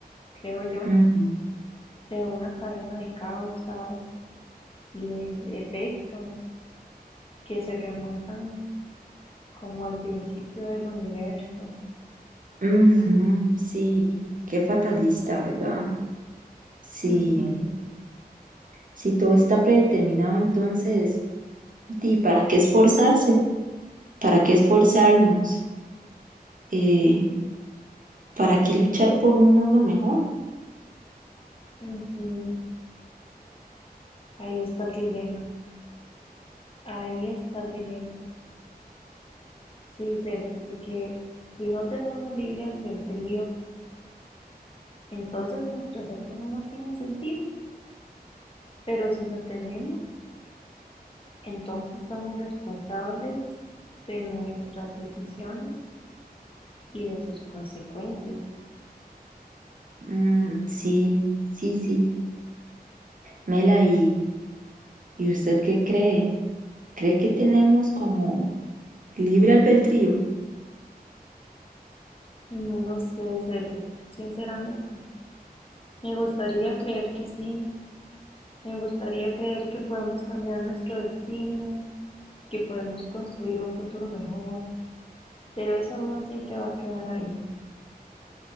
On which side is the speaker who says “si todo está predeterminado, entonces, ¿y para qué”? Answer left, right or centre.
Right